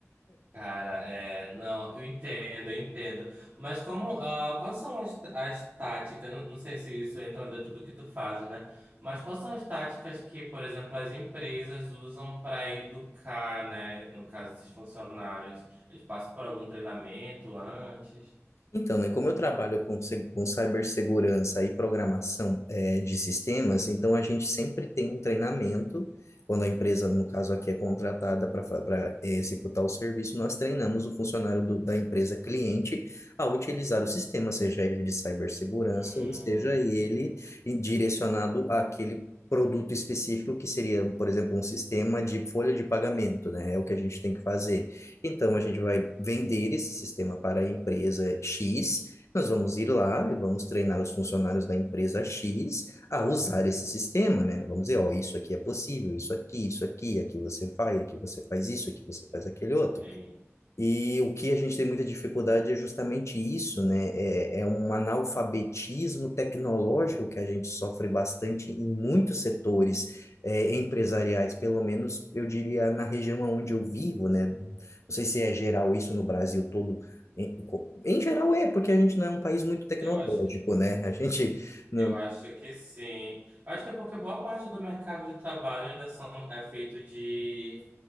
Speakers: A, on the right; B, on the left.
A: Cara, é, não, eu entendo, eu entendo. Mas como, ah, quais são as, as táticas? Não, não sei se isso entra dentro do que tu fazes, né? Mas quais são as táticas que, por exemplo, as empresas usam para educar, né? No caso, esses funcionários, eles passam por algum treinamento antes?
B: Então, né, como eu trabalho com, se- com cibersegurança e programação eh, de sistemas, então a gente sempre tem um treinamento. Quando a empresa, no caso aqui, é contratada para executar o serviço, nós treinamos o funcionário do- da empresa cliente a utilizar o sistema, seja ele de cibersegurança
A: Hum,
B: ou seja ele direcionado àquele produto específico que seria, por exemplo, um sistema de folha de pagamento, né? É o que a gente tem que fazer. Então, a gente vai vender esse sistema para a empresa X. Nós vamos ir lá e vamos treinar os funcionários da empresa X a usar esse sistema, né? Vamos dizer, ó, isso aqui é possível, isso aqui, isso aqui, aqui você vai, aqui você faz isso, aqui você faz aquele outro.
A: sim.
B: E o que a gente tem muita dificuldade é justamente isso, né? É, é um analfabetismo tecnológico que a gente sofre bastante em muitos setores eh, empresariais, pelo menos eu diria na região onde eu vivo, né? Não sei se é geral isso no Brasil todo. Em, em geral é, porque a gente não é um país muito tecnológico,
A: Eu acho que,
B: né? A gente não.
A: eu acho que sim. Acho que é porque boa parte do mercado de trabalho ainda são, é feito de